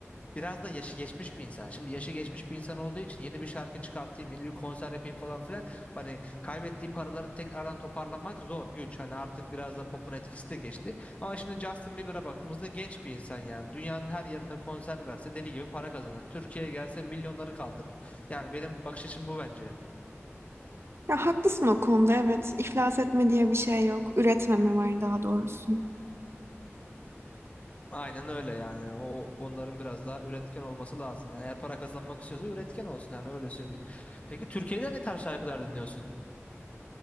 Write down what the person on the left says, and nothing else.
Biraz da yaşı geçmiş bir insan. Şimdi yaşı geçmiş bir insan olduğu için yeni bir şarkı çıkartayım, yeni bir konser yapayım falan filan. Hani kaybettiği paraları tekrardan toparlamak zor, güç. Hani artık biraz da popun etkisi de geçti. Ama şimdi Justin Bieber'a baktığımızda genç bir insan yani. Dünyanın her yerinde konser verse deli gibi para kazanır. Türkiye'ye gelse milyonları kaldırır. Yani benim bakış açım bu bence.
Aynen öyle yani. O onların biraz daha üretken olması lazım. Yani eğer para kazanmak istiyorsa üretken olsun yani öyle söyleyeyim. Peki Türkiye'de ne tarz şarkılar dinliyorsun?